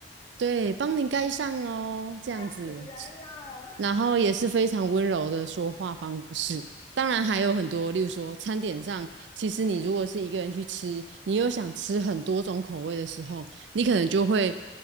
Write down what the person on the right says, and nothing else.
“对，帮您盖上哦。”这样子。
然后也是非常温柔的说话方式。当然还有很多，例如说餐点上，其实你如果是一个人去吃，你又想吃很多种口味的时候，你可能就会